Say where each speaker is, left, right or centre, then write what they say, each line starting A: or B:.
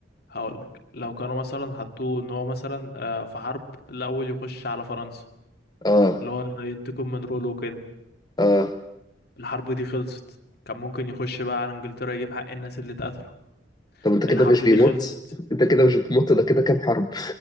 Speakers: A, on the left; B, on the left.
A: هقول لك لو كانوا مثلا حطوه ان هو مثلا آه في حرب الاول يخش على فرنسا
B: اه
A: اللي هو ينتقم من رولو وكده
B: اه
A: الحرب دي خلصت كان ممكن يخش بقى على انجلترا يجيب حق الناس اللي اتقتلوا
B: طب انت كده
A: الحرب
B: مش بيموت
A: دي خلصت
B: انت كده مش بتموت ده كده كام حرب